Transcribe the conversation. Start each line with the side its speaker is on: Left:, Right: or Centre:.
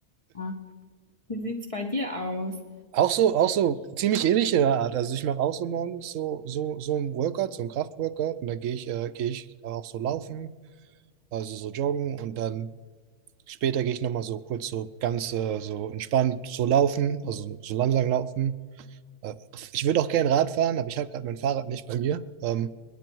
Left: Ja. Wie sieht es bei dir aus?
Right: Auch so, auch so ziemlich ähnlich in der Art. Also ich mache auch so morgens so, so, so ein Workout, so ein Kraftworkout und dann gehe ich, äh, gehe ich auch so laufen, also so joggen und dann Später gehe ich nochmal so kurz so ganz äh, so entspannt so laufen, also so langsam laufen. Äh, ich würde auch gerne Rad fahren, aber ich habe gerade mein Fahrrad nicht bei mir. Ähm,